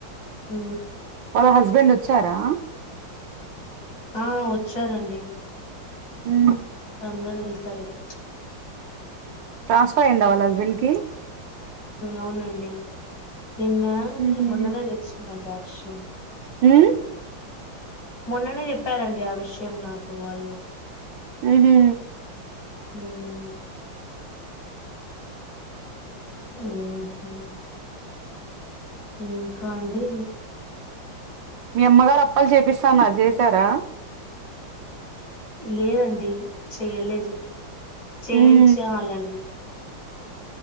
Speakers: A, on the left; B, on the right.
A: మ్
B: వాళ్ళ హస్బెండ్ వచ్చారా?
A: ఆ వచ్చారండి.
B: మ్
A: అందరూ వెళ్తారు ఇక
B: ట్రాన్స్ఫర్ అయ్యిందా వాళ్ల హస్బెండ్ కి.
A: అవునండి నిన్న
B: హుహు.
A: మొన్ననే తెలిసిందట ఆ విషయం.
B: మ్
A: మొన్ననే చెప్పారండి ఆ విషయం నాకు వాళ్ళు.
B: మ్ హూ
A: మ్ ఊహు ఇంకాండీ
B: మీ అమ్మగారు అప్పలు చేపిస్తా అన్నారు. చేశారా?
A: లేదండి చెయలేదు. చేయించాలండి.
B: హ్మ్.